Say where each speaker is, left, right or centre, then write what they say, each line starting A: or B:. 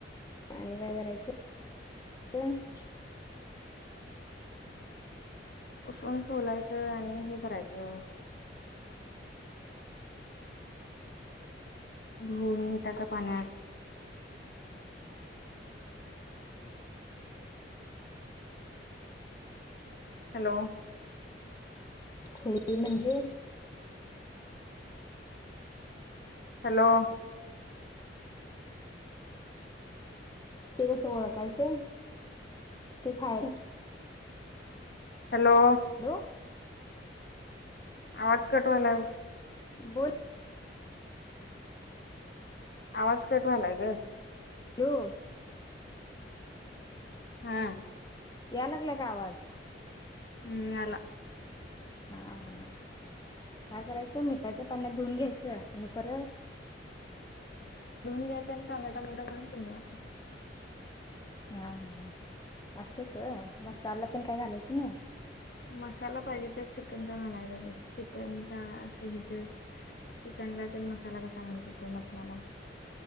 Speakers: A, on the left; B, on the left.
A: आणि काय करायचं? हम <unintelligible>
B: उसून सोलायचं आणि हे करायचं. धुन मिठाच्या पाण्यात. हॅलो.
A: खुळी म्हणजे?
B: हॅलो.
A: ते कसं ओळखायचं? ते खाय
B: हॅलो.
A: हॅलो.
B: आवाज कटवायलाय बघ.
A: बोल.
B: आवाज कटवालाय ग.
A: हो.
B: हा.
A: या लागलाय का आवाज?
B: हम्म आला.
A: हा हा, काय करायचं? मिठाच्या पाण्यात धुऊन घ्यायचं. आणि परत
B: धुवून घ्यायचं, आणि कांदा टोमॅटो घालून फोडणी मारायची.
A: हां ह ह ह. असच मसाला पण काही घालायचं नाही.
B: मसाला पाहिजे तर चिकनचा घालायला. मी चिकनचा असं हिच चिकनला ते मसाला कसा घालतो? तो मटणाला.